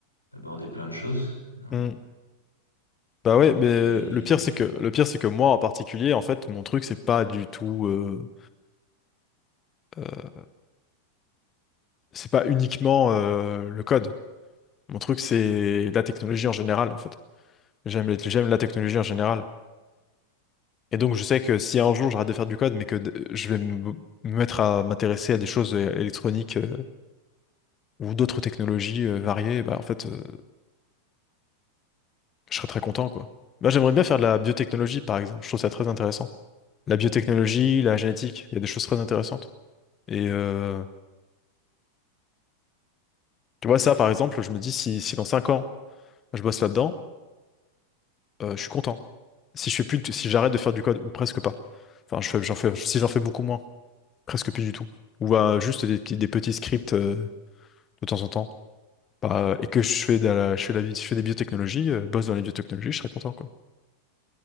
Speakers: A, on the left; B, on the left.
A: d'aborder plein de choses. Non.
B: Hmm. Bah ouais, mais
A: Et
B: le pire c'est que le pire c'est que moi en particulier, en fait, mon truc c'est pas du tout, euh, euh, c'est pas uniquement euh, le code. Mon truc c'est la technologie en général, en fait. J'aime les- j'aime la technologie en général. Et donc je sais que si un jour j'arrête de faire du code, mais que d- je vais me, me mettre à m'intéresser à des choses é- électroniques euh, ou d'autres technologies euh, variées, bah en fait, euh, je serais très content quoi. Moi j'aimerais bien faire de la biotechnologie par exemple. Je trouve ça très intéressant. La biotechnologie,
A: Ok.
B: la génétique, il y a des choses très intéressantes. Et euh, Tu vois, ça, par exemple, je me dis si, si dans 5 ans, je bosse là-dedans, euh, je suis content. Si je fais plus, de- si j'arrête de faire du code, ou presque pas. Enfin, je fais, j'en fais, si j'en fais beaucoup moins, presque plus du tout. Ou euh, juste des, petits- des petits scripts euh, de temps en temps. Bah, et que je fais, de la, je fais, la bi- je fais des biotechnologies, euh, je bosse dans les biotechnologies, je serais content, quoi.